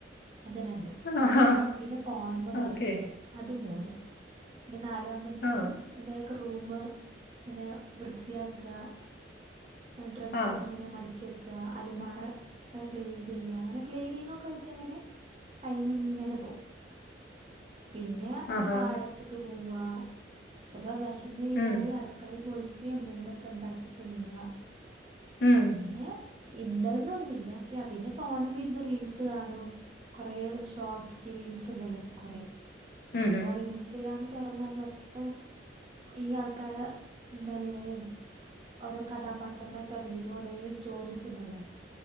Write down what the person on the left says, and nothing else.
ആഹാ
ഓക്കെ
ആഹ്
ആഹ്
ആഹാ
ഉം
ഉം
ഉം
ഉം